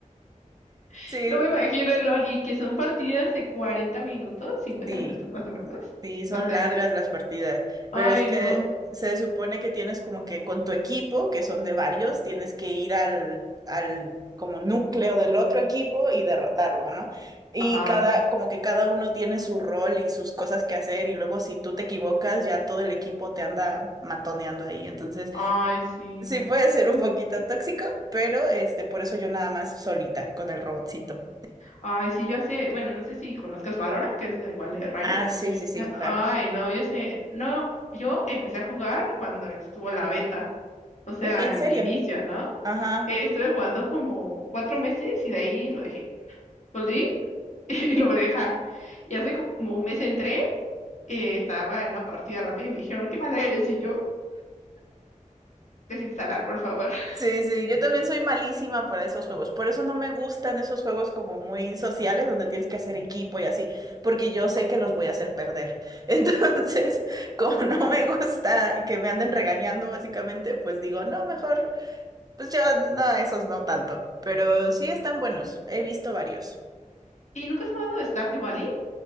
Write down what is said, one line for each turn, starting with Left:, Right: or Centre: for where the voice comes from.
Left: <laughs>
Right: sí,
Left: No me imagino en LOL y que son partidas de 40 minutos, cincuenta
Right: sí.
Left: minutos más o menos.
Right: Sí, son
Left: Las de,
Right: largas las partidas,
Left: ay,
Right: pero es que
Left: no,
Right: se supone que tienes como que con tu equipo, que son de varios, tienes que ir al, al como núcleo del otro equipo y derrotarlo, ¿no? Y
Left: ajá,
Right: cada, como que cada uno tiene su rol y sus cosas que hacer, y luego si tú te equivocas, ya todo el equipo te anda matoneando ahí. Entonces,
Left: ay, sí,
Right: sí
Left: no.
Right: puede ser un poquito tóxico, pero este, por eso yo nada más solita con el robotcito.
Left: Ay, sí, yo sé, bueno, no sé si conozcas Valorant, que es igual de Riot.
Right: Ah, sí, sí, sí,
Left: Eh,
Right: claro.
Left: Ay, no, yo sé, no, yo empecé a jugar cuando estuvo la beta, o sea,
Right: Uy, ¿en
Left: al
Right: serio?
Left: inicio, ¿no?
Right: Ajá.
Left: Eh, estuve jugando como cuatro meses y de ahí lo dejé. Volví <laughs> y lo volví a dejar. Y hace como un mes entré, eh, estaba en una partida rápida y me dijeron, qué mala eres, y yo, desinstalar, por favor. <laughs>
Right: Sí, sí, yo también soy malísima para esos juegos. Por eso no me gustan esos juegos como muy sociales, donde tienes que hacer equipo y así, porque yo sé que los voy a hacer perder. <laughs> Entonces, como no me gusta que me anden regañando, básicamente, pues digo, no, mejor, pues yo no, esos no tanto. Pero sí están buenos, he visto varios.
Left: ¿Y nunca has jugado Stardew Valley?